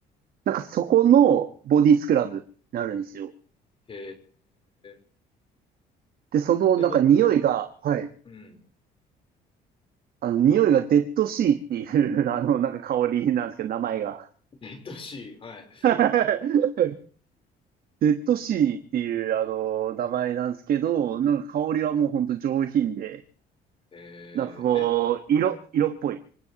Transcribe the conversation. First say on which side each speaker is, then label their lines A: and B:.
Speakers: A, on the right; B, on the left.
A: なんかそこのボディスクラブになるんですよ。
B: へえ。
A: で、そのなんか匂いが、
B: え、ば、
A: はい。
B: うん。
A: あの、匂いがデッドシーっていう、<laughs> あの、なんか香りなんですけど、名前が。
B: えっとし、はい。
A: <laughs> デッドシーっていうあの名前なんですけど、なんか香りはもうほんと上品で、
B: えー、
A: なんかこう、
B: え、
A: 色、色っぽい。